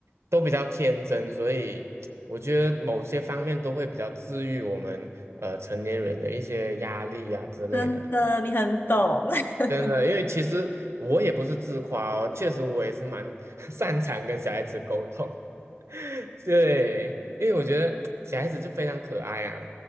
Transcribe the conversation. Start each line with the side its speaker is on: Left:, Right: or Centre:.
Right: 都比较天真，所以我觉得某些方面都会比较治愈我们呃成年人的一些压力啊之类的。
Left: 真的，你很懂。<laughs>
Right: 真的，因为其实我也不是自夸哦，确实我也是蛮 <laughs> 擅长跟小孩子沟通。<laughs> 对，因为我觉得小孩子就非常可爱啊，